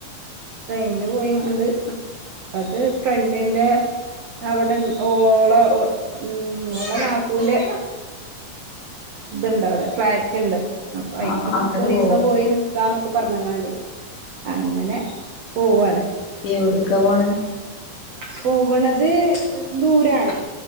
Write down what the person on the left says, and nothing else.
ആഹ് അങ്ങട്ട്
പോവാ
എവിടെക്കെ പോണേ